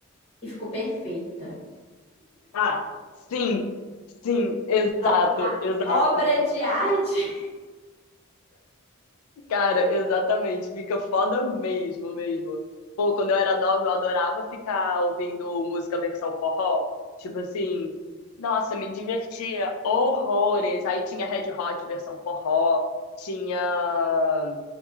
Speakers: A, on the left (about 25°); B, on the left (about 80°).
A: e ficou perfeita.
B: Ah, sim. Sim, exato,
A: É uma
B: exato.
A: obra de arte.
B: Cara, exatamente, fica foda mesmo, mesmo. Pô, quando eu era nova, eu adorava ficar ouvindo música versão forró. Tipo assim, nossa, me divertia horrores. Aí tinha Red Hot versão forró, tinha.